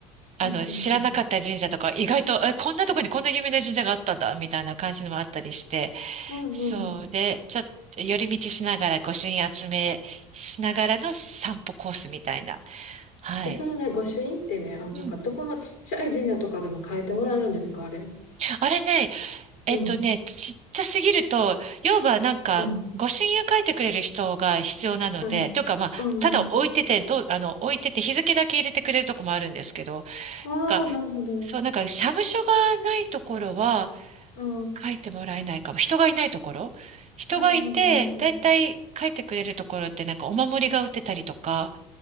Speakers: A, on the right; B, on the left.
A: あの、
B: うんうんうん
A: 知らなかった神社とか、意外と、え、こんなとこにこんな有名な神社があったんだ、みたいな感じのもあったりして、
B: うんうん。
A: そう。で、ちょっと寄り道しながら、御朱印集めしながらの散歩コースみたいな。はい。
B: え、そのね、御朱印ってね、あの、
A: うん。
B: なんかどこのちっちゃい神社とかでも変えてもらえるんですか、あれ。
A: あれね、えっとね、
B: うん、
A: ちっちゃすぎると、要はなんか、
B: うん、
A: 御朱印を書いてくれる人が必要なので、
B: はい。
A: というかまあ、
B: うん。
A: ただ置いてて、どう、あの、置いてて日付だけ入れてくれるとこもあるんですけど、
B: ああ、
A: が、
B: なるほど。
A: そう、なんか、社務所がないところは、
B: ああ、
A: 書いてもらえないかも。人がいないところ人がいて、
B: なるほど、なるほど。
A: だいたい書いてくれるところってなんかお守りが売ってたりとか、